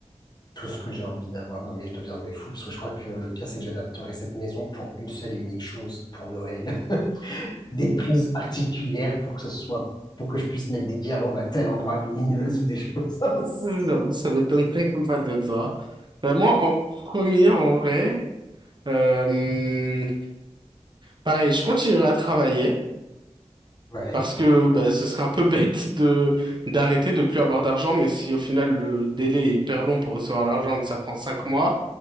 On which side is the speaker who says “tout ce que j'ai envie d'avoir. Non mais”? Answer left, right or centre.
Left